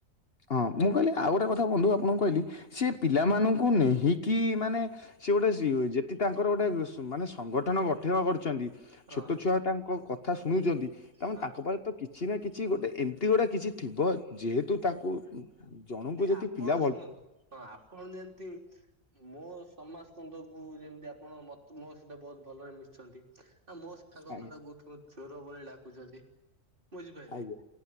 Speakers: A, on the left; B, on the right.
A: ହଁ ମୁଁ କହିଲି ଆଉ ଗୋଟେ କଥା ବନ୍ଧୁ ଆପଣଙ୍କୁ କହିଲି ସେ ପିଲାମାନଙ୍କୁ ନେହିକି ମାନେ ସିଏ ଗୋଟେ ସିଓଜ ଯଦି ତାଙ୍କର ଗୋଟେ ମାନେ ସଂଗଠନ ଗ ଥିଓ କରିଛନ୍ତି
B: ହଁ
A: ଛୋଟ ଛୁଆ ତାଙ୍କ କଥା ଶୁଣୁଛନ୍ତି। ତାମାନେ
B: ହଁ
A: ତାଙ୍କ ପାଇଁ ତ କିଛି ନା କିଛି ଗୋଟେ ଏମିତି ଗୁଟା କିଛି ଥିବ ଯେହେତୁ ତାକୁ ଜଣଙ୍କୁ
B: ଏ
A: ଯଦି
B: ଆପଣ
A: ପିଲା
B: ଶୁଣନ୍ତୁ
A: ଭଲ
B: ହଁ ଆପଣ ଯେମିତି ମୋ ସମାସକନ୍ଦକୁ ଯେମିତି ଆପଣ ମ ମୋ ସହିତ ବହୁତ ଭଲରେ ମିଶୁଛନ୍ତି। ନା ମୋ ସାଙ୍ଗ
A: ଆଜ୍ଞା
B: ମାନେ ଗୌତମ ଚୋର ବୋଲି ଡାକୁଛନ୍ତି। ବୁଝିପାଇଲେ
A: ଆଜ୍ଞା